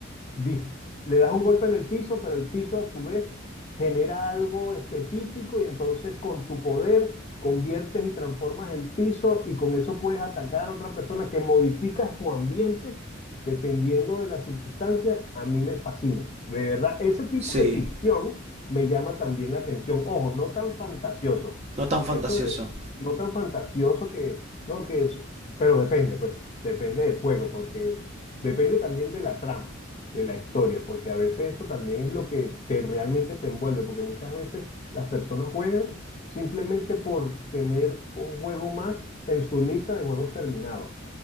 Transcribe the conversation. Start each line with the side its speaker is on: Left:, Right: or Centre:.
Left: dis- le das un golpe en el piso, pero el piso a su vez genera algo específico y entonces con tu poder conviertes y transformas el piso y con eso puedes atacar a otra persona que modificas tu ambiente dependiendo de las circunstancias. A mí me fascina. De verdad, ese tipo
Right: Sí.
Left: de ficción me llama también la atención. Ojo, no tan fantasioso.
Right: No tan fantasioso.
Left: Eso es, no tan fantasioso que, no, que es, pero depende, pues, depende del juego, porque depende también de la trama de la historia, porque a veces eso también es lo que te realmente te envuelve, porque muchas veces las personas juegan simplemente por tener un juego más en su lista de juegos terminados,